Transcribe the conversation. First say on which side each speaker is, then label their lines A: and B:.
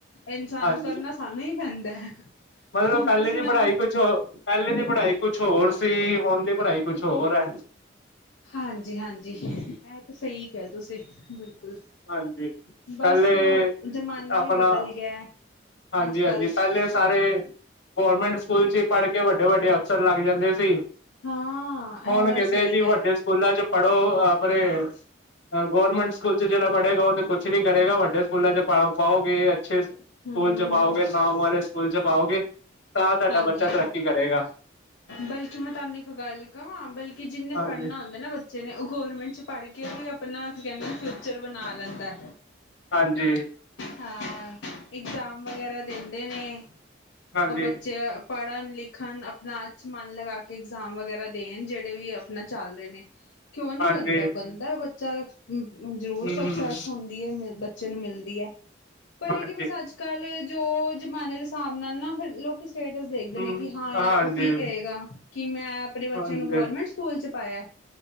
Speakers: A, on the left; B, on the left.
A: ਇਨਸਾਨ
B: ਹਾਂਜੀ
A: ਨੂੰ, ਕਰਨਾ ਸਾਨੂੰ ਹੀ ਪੈਂਦਾ ਹੈ
B: ਮਤਲਬ
A: ਹੁਣ
B: ਪਹਿਲੇ
A: ਤੁਸੀਂ
B: ਦੀ
A: ਮਨ
B: ਪੜ੍ਹਾਈ ਕੁਛ ਹੋ ਪਹਿਲੇ ਦੀ ਪੜ੍ਹਾਈ ਕੁਛ ਹੋਰ ਸੀ, ਹੁਣ ਦੀ ਪੜ੍ਹਾਈ ਕੁਛ ਹੋਰ ਹੈ।
A: ਹਾਂਜੀ- ਹਾਂਜੀ, ਇਹ ਤੇ ਸਹੀ ਕੇਹਾ ਤੁਸੀਂ ਬਿਲਕੁਲ
B: ਹਾਂਜੀ
A: ਬਸ
B: ਪਹਿਲੇ
A: ਜ਼ਮਾਨਾ
B: ਆਪਣਾ
A: ਵੀ ਬਦਲ ਗਿਆ
B: ਹਾਂਜੀ-
A: ਅੱਜ ਕੱਲ
B: ਹਾਂਜੀ ਪਹਿਲੇ ਸਾਰੇ ਗੌਰਰਮੈਂਟ ਸਕੂਲ ਚ ਹੀ ਪੜ੍ਹ ਕੇ, ਵੱਡੇ ਵੱਡੇ ਅਫਸਰ ਲੱਗ ਜਾਂਦੇ ਸੀ
A: ਹਾਂ
B: ਕੋਣ
A: ਇਹ ਗੱਲ
B: ਕਹਿੰਦੇ
A: ਸਹੀ
B: ਏ ਜੀ,
A: ਕਹਿ
B: ਵੱਡੇ
A: ਰਹੇ ਹੋ
B: ਸਕੂਲਾਂ ਚ ਪੜੋ ਆਪ, ਆਪ ਗਵਰਮੈਂਟ ਸਕੂਲ ਜਿਹੜਾ ਪੜ੍ਹੇਗਾ ਉਹ ਤੇ ਕੁਛ ਨੀ ਕਰੇਗਾ, ਵੱਡੇ ਸਕੂਲਾਂ 'ਚ ਪਾ ਪਾਓਗੇ। ਅੱਛੇ ਸਕੂਲ
A: ਹੂੰ-ਹੂੰ-ਹੂੰ
B: ਚ ਪਾਓਗੇ, ਨਾਮ ਵਾਲੇ ਸਕੂਲ ਚ ਪਾਓਗੇ, ਤਾਂ ਤੁਹਾਡਾ
A: ਹਾਂਜੀ
B: ਬੱਚਾ ਤਰੱਕੀ ਕਰੇਗਾ
A: ਬਲਕਿ ਮੈਂ ਤੁਹਾਨੂੰ ਇੱਕ ਗੱਲ ਕਵਾਂ, ਬਲਕਿ ਜਿੰਨੇ
B: ਹਾਂਜੀ
A: ਪੜ੍ਹਨਾ ਹੁੰਦਾ ਨਾ ਬ ਜਿਹੇ ਉਹ ਗੌਰਮੈਂਟ ਪੜ੍ਹ ਕੇ ਵੀ, ਆਪਣਾ ਕਹਿੰਦਾ ਫਿਊਚਰ ਬਣਾ ਲੈਂਦਾ।
B: ਹਾਂਜੀ
A: ਹਾਂ ਹਾਂ, ਇਗਜ਼ਾਮ ਵਗੈਰਾ ਦਿੰਦੇ ਨੇ,
B: ਹਾਂਜੀ
A: ਬੱਚੇ ਪੜ੍ਹਨ ਲਿਖਣ ਆਪਣਾ ਅੱਛ ਮਨ ਲਗਾ ਕੇ ਇਗਜ਼ਾਮ ਵਗੈਰਾ ਦੇਣ, ਜਿਹੜੇ ਵੀ ਆਪਣਾ ਚੱਲ ਰਹੇ ਨੇ। ਕਿਉਂ ਨਹੀ
B: ਹਾਂਜੀ
A: ਬਣਦਾ, ਬਣਦਾ ਬੱਚਾ ਜ਼ਰੂਰ
B: ਹਮ
A: ਸਕਸੈਸ ਹੁੰਦੀ ਹੈ, ਬੱਚੇ ਨੂੰ ਮਿਲਦੀ ਹੈ ਪਰ
B: ਹਾਂਜੀ
A: ਇਹ ਕਿ, ਬਸ ਅੱਜ ਕੱਲ੍ਹ ਜੋ ਜ਼ਮਾਨੇ ਦੇ ਹਿਸਾਬ ਨਾਲ ਨਾ ਫਿਰ ਲੋਕ ਸਟੇਟਸ ਦੇਖਦੇ
B: ਹਮ
A: ਨੇ, ਕਿ ਹਾਂ ਯਾਰ
B: ਹਾਂਜੀ
A: ਉਹ ਕੀ ਕਹੇਗਾ, ਕਿ ਮੈਂ ਆਪਣੇ ਬੱਚਿਆਂ
B: ਹਾਂਜੀ
A: ਨੂੰ ਗਵਰਮੈਂਟ ਸਕੂਲ ਚ ਪਾਇਆ